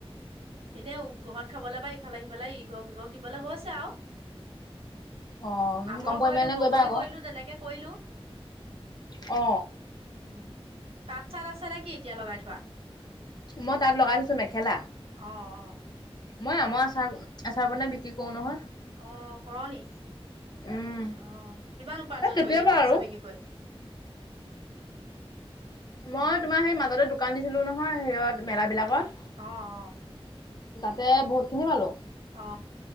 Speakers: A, on the right; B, on the left.
A: এনেই ঘৰত খাবলৈ বা ইফালে সিফালে ইঘক ইঘক দিবলে হৈছে আও
B: অ
A: আমৰ
B: কম পৰিমাণে
A: কৰিলো বগৰী
B: কৰিবা আকৌ
A: কৰিলো তেনেকে কৰিলো।
B: অ
A: উম তাত চাত আছে নেকি এতিয়া লগাই থোৱা।
B: মই তাত লগাই থৈছো মেখেলা।
A: অ অ।
B: মই আমাৰ আচাৰ আচাৰ বনাই বিক্ৰী কৰো নহয়।
A: অ কৰ নি।
B: উম
A: অহ কিমান উপাৰ্জন
B: এ কেতিয়াবা
A: কৰিলে এবাৰ
B: আৰু
A: আছা বিক্ৰি কৰি।
B: মই তোমাৰ সেই মাজতে দোকান দিছিলো নহয় সেয়ঁত মেলা বিলাকত।
A: অ' অ'
B: তাতে বহুত খিনি পালো।
A: অ